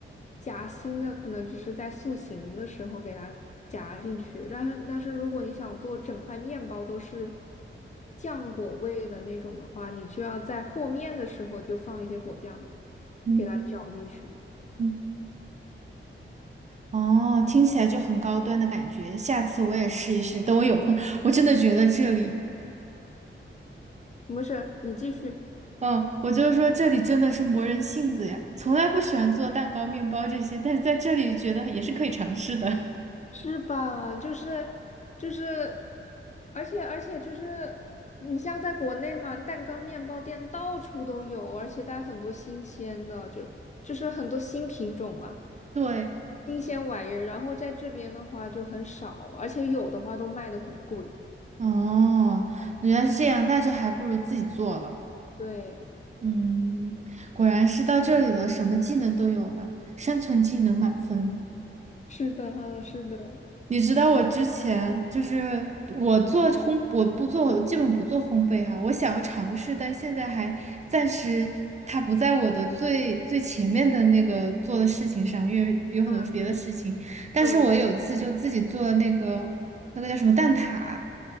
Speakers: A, on the left (about 35°); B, on the right (about 35°).
A: 夹心的，可能只是在塑形的时候给它夹进去。但是但是如果你想做整块面包都是酱果味的那种的话，你就要在和面的时候就放一些果酱，
B: 嗯
A: 给它搅进去。
B: 嗯，哦，听起来就很高端的感觉。下次我也试一试，等我有空，我真的觉得这里，
A: 没事，你继续。
B: 嗯，我就说这里真的是磨人性子呀，从来不喜欢做蛋糕、面包这些，但是在这里觉得也是可以尝试的。
A: 是吧？就是就是，而且而且就是，你像在国内嘛，蛋糕、面包店到处都有，而且它很多新鲜的，就就是很多新品种嘛，
B: <laughs> 对。
A: 新鲜玩意儿。然后在这边的话就很少，而且有的话都卖的很贵。
B: 哦，原来是这样，那就还不如自己做了。
A: 对，
B: 嗯，果然是到这里了，什么技能都有了，生存技能满分。
A: 是的，是的，
B: 你知道我之前就是我做烘，我不做，我基本不做烘焙哈，我想要尝试，但现在还暂时它不在我的最最前面的那个做的事情上，因为有很多别的事情。
A: 嗯
B: 但是我有一次就自己做了那个那个叫什么蛋挞，
A: 嗯，